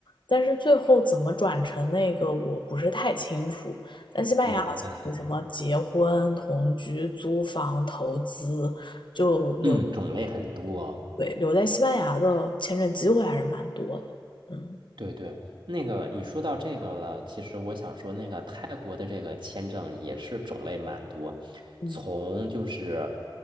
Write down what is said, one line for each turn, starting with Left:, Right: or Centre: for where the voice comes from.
Left: 但是最后怎么转成那个我不是太清楚。但西班牙好像有什么结婚、
Right: 明白了
Left: 同居、租房、投资，就留，
Right: 嗯，种类很多。
Left: 对，留在西班牙的签证机会还是蛮多的。嗯。
Right: 对对，那个你说到这个了，其实我想说，那个泰国的这个签证也是种类蛮多，
Left: 嗯
Right: 从就是